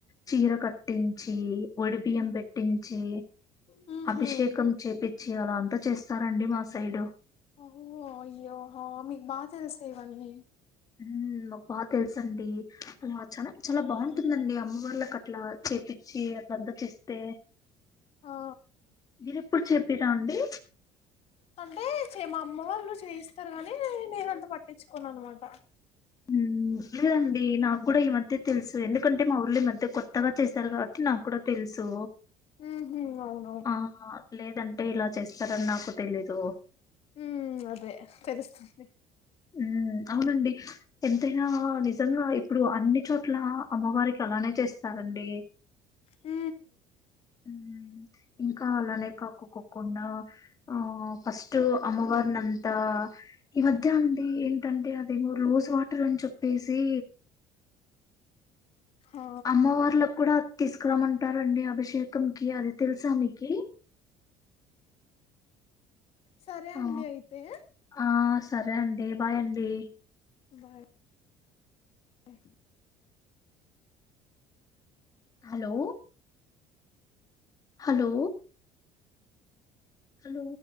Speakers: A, on the left; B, on the left.
A: చీర కట్టించి ఒడి బియం పెట్టి ట్టించి
B: హుహు.
A: అభిషేకం చేపిచ్చి అలా అంత చేస్తారండి మా సైడు
B: హో అయ్యో హో మీకు బాగా తెలుసా ఇవన్నీ
A: ఊ మాకు బాగా తెలుస అండి అలా చ చాలా
B: హ్మ్.
A: బాగుంటుందండి అమ్మవార్ల క అట్లా చేపిచ్చి అట్ గద్దకిస్తే
B: ఆ!
A: మీరుప్పుడు చెపిరా అండి
B: అంటే చే మా అమ్మ వాళ్ళు చేయిస్తారు గాని నేనంత పట్టించుకోన అనమాట
A: ఊ లేదండి నాకు కూడా ఈ మధ్య తెలుసు ఎందుకంటే మా ఊర్ళ ఈ మధ్య కొ కొత్తగా చేశారు కాబట్టి నాకు కూడా తెలుసు
B: ఉహు అవును
A: ఆ లేదంటే ఇలా చేస్తారని నాకు తెలీదు
B: ఉ అదే తెలుస్తుంది
A: ఉ అవునండి ఎంతైనా నిజంగా ఇప్పుడు అన్ని చో ట్లా అమ్మవారికి అలానే చేస్తారండి
B: ఊ
A: హ్మ్. ఇంకా అలానే కాక్కుకోకుండా ఆ ఫస్ట్ అమ్మవారినం త ఈ మధ్య అండి ఏంటంటే అదేమో రోజ్ వాటర్ అని చెప్పేసి
B: ఆ!
A: అమ్మవార్ళకి కూడా తీసుకురామంటారండి అభిషేకం కి అది తెలుసా మీకి
B: సరే అండి
A: ఆ!
B: అయితే
A: ఆ సరే అండి బాయ్ అండి
B: బాయ్ ఎ
A: హలో హలో హలో